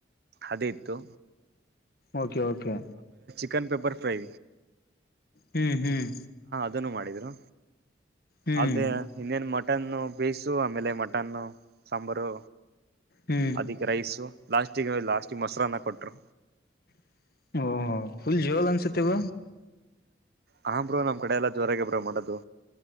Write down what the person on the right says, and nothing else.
ಅದೇ ಇತ್ತುು.
Chicken pepper fry.
<unintelligible> ಮಾಡಿದ್ರು
ಅದೇ ಇನ್ನೇನ್ ಮ ಮಟನ್ನು ಬೇಯಸು ಆಮೇಲೆ ಮಟನ್ನು ಸಾಂಬಾರು.
ಅದಿಕ್ ರೈಸು ಲಾಸ್ಟಿಗ ಲಾಸ್ಟಿಗ್ ಮೊಸರಾನ್ನ ಕೊಟ್ರು.
ಹ ಬ್ರೋ ನಮ್ ಕಡೆ ಎಲ್ಲ ಜೋರಾಗ ಬ್ರೋ ಮಾಡೋದು.